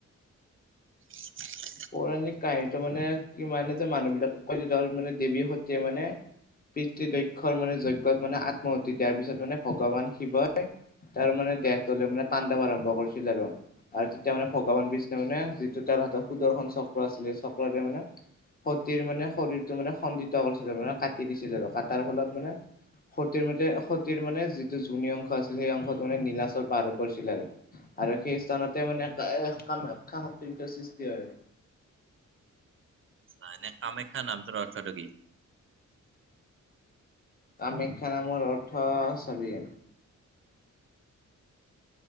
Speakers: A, on the right; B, on the left.
A: <inaudible>
B: পৌৰাণিক কাহিনীটো মানে কিমানে যে মানুহবিলাকক কয় যে ধল মানে দেৱী সতীয়ে মানে পিতৃ দক্ষৰ মানে যজ্ঞত মানে আত্মহতি দিয়াৰ পিছত মানে ভগৱান শিৱই তাৰমানে দেহটোলৈ মানে তাণ্ডৱ আৰম্ভ কৰিছিল আৰু। আৰু তেতিয়া মানে ভগৱান বিষ্ণু মানে যিটো তাৰ হাতত সুদৰ্শন চক্ৰ আছিলে চক্ৰটোৱে মানে সতীৰ মানে শৰীৰটো মানে খণ্ডিত কৰিছিলে মানে কাটি দিছিলে, আৰু কাটাৰ ফলত মানে সতীৰ মতে সতীৰ মানে যিটো যোনী অংশ আছিল সেই অংশটো মানে নীলাচল পাহাৰত পৰিছিল আৰু। আৰু সেই স্থানতে মানে এহ, কামাখ্যা শক্তিৰ সৃষ্টি হয়।
A: নাই, এনে কামাখ্যা নামটোৰ অৰ্থটো কি?
B: কামাখ্যা নামৰ অৰ্থ চাবি